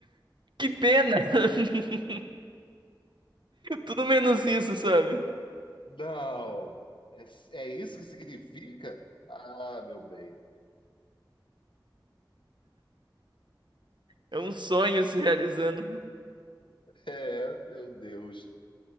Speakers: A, on the right (about 70°); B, on the left (about 80°).
A: Que pena! <laughs> Tudo menos isso, sabe?
B: não! É, é isso que significa? Ah, meu bem.
A: É um sonho se realizando.
B: É, meu Deus.